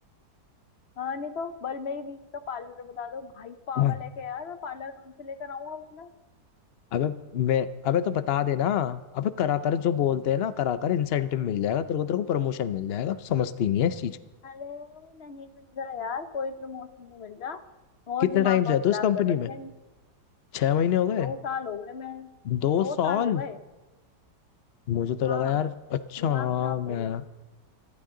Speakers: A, on the left; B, on the left.
A: हाँ नहीं तो बल मेरी बीवी का पार्लर बता दो भाई पागल
B: हाँ।
A: है क्या यार मैं पार्लर कहाँ से लेकर आऊंगा अपना
B: अबे मैं अबे तो बता देना अबे करा कर जो बोलते हैं ना करा कर इंसेंटिव मिल जाएगा तेरे को तेरे को प्रमोशन मिल जाएगा तू समझती नहीं है इस चीज को
A: अरे नहीं मिल रहा यार कोई प्रमोशन नहीं मिल रहा और
B: कितने
A: दिमाग
B: टाइम से
A: और
B: है तू
A: खराब
B: इस कंपनी
A: कर रखे
B: में
A: हैं
B: छह महीने हो गए
A: दो साल हो गए मैं
B: दो
A: दो
B: साल
A: साल हो गए
B: मुझे तो
A: हाँ
B: लगा यार अच्छा
A: दिमाग
B: हाँ
A: खराब
B: मैं
A: कर गए